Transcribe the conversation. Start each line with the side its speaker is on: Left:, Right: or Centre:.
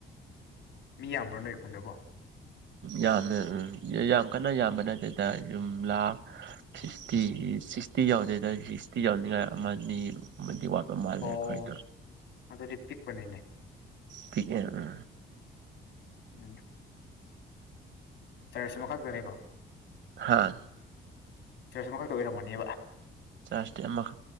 Left: ꯃꯤ ꯌꯥꯝꯕ꯭ꯔꯥ ꯅꯣꯏ ꯈꯨꯟꯗꯕꯣ
Right: ꯌꯥꯝꯅ ꯌꯥꯝ ꯀꯟꯅ ꯌꯥꯝꯕ ꯅꯠꯇꯦꯗ ꯌꯨꯝꯂꯥ ꯁꯤꯛꯁꯇꯤ ꯁꯤꯛꯁꯇꯤ ꯌꯥꯎꯗꯦꯗ ꯁꯤꯛꯁꯇꯤ ꯌꯥꯎꯅꯤꯡꯉꯥꯏ ꯑꯃꯅꯤ ꯑꯃꯗꯤ ꯋꯥꯠꯄ ꯃꯥꯜꯂꯦ
Left: ꯑꯣ
Right: ꯑꯩꯈꯣꯏꯗꯣ
Left: ꯑꯗꯨꯗꯤ ꯄꯤꯛꯄꯅꯤꯅꯦ
Right: ꯄꯤꯛꯑꯦ
Left: ꯎꯝ ꯆꯔꯁ ꯑꯃꯈꯛꯇꯅꯤꯀꯣ
Right: ꯍꯥꯥ
Left: ꯆꯔꯁ ꯑꯃꯈꯛꯇ ꯑꯣꯏꯔꯝꯃꯅꯦꯕ
Right: ꯆꯥꯁꯇꯤ ꯑꯃꯈꯛ